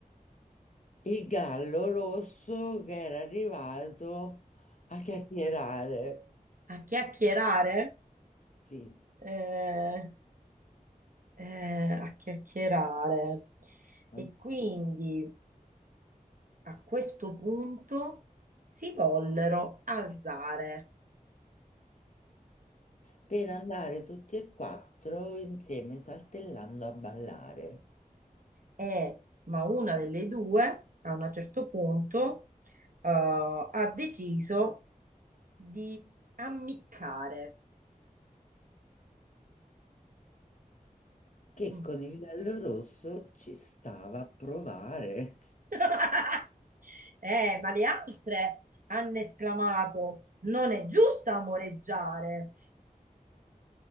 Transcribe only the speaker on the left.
il gallo rosso che era arrivato a chiacchierare.
Sì,
anzi,
per andare tutti e quattro insieme saltellando a ballare,
che
con il gallo rosso ci stava a provare.